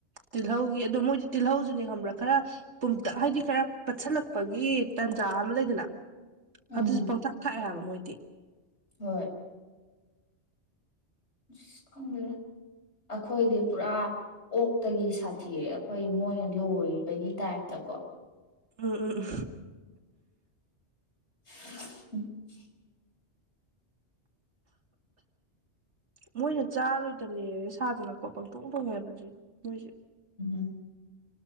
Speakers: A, on the right; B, on the left.
A: ꯇꯤꯜꯍꯧꯒꯤ ꯑꯗꯣ ꯃꯣꯏꯗꯤ ꯇꯤꯜꯍꯧꯁꯨꯅꯦ ꯈꯪꯕ꯭ꯔꯥ ꯈꯔ ꯄꯨꯝꯇꯛ ꯍꯥꯏꯗꯤ ꯈꯔ ꯄꯠꯁꯤꯜꯂꯛꯄꯒꯤ ꯇꯥꯟꯖꯥ ꯑꯃ ꯂꯩꯗꯅ
B: ꯎꯝ
A: ꯑꯗꯨꯁꯨ ꯄꯪꯊꯥꯛ ꯊꯥꯛꯑꯦ ꯍꯥꯏꯕ ꯃꯣꯏꯗꯤ
B: ꯍꯣꯏ ꯑꯁ ꯈꯪꯗꯦ ꯑꯩꯈꯣꯏꯗꯤ ꯄꯨꯔꯥ ꯑꯣꯛꯇꯒꯤ ꯁꯥꯊꯤꯔꯦ ꯑꯩꯈꯣꯏ ꯃꯣꯏꯅ ꯂꯣꯏꯕꯒꯤ ꯇꯥꯏꯞꯇꯀꯣ
A: ꯎꯝ ꯎꯝ
B: <unintelligible>
A: ꯃꯣꯏꯅ ꯆꯥꯔꯣꯏꯗꯕꯅꯦ ꯁꯥꯗꯅꯀꯣ ꯄꯪꯊꯣꯛ ꯄꯧ ꯍꯥꯏꯕꯗꯨ ꯃꯣꯏꯁꯦ
B: ꯎꯝ